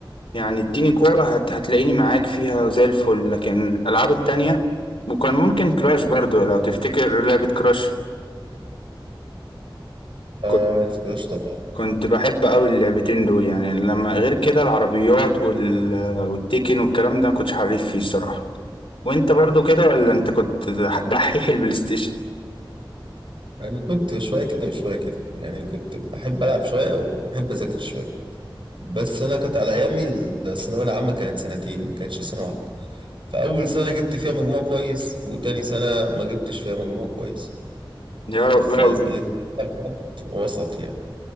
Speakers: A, on the left; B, on the right.
A: يعني اديني كورة هت... هتلاقيني معاك فيها زي الفل لكن الالعاب التانية وكان ممكن كراش برضو لو تفتكر لعبة كراش
B: اه
A: كنت
B: عارف كلاش طبعا
A: كنت بحب قوي اللعبتين دول يعني لما غير كده العربيات وال... والتيكن والكلام ده ما كنتش حريف فيه الصراحة وانت برضو كده ولا انت كنت دح- دحيح البلاي ستيشن
B: يعني كنت شوية كده وشوية كده يعني كنت بحب ألعب شوية وبحب أذاكر شوية بس أنا كانت على أيامي الثانوية العامة كانت سنتين ما كانتش سنة واحدة فأول سنة جبت فيها مجموع كويس وتاني سنة ما جبتش فيها مجموع كويس
A: يا رب
B: فالاتنين
A: لا
B: وسط يعني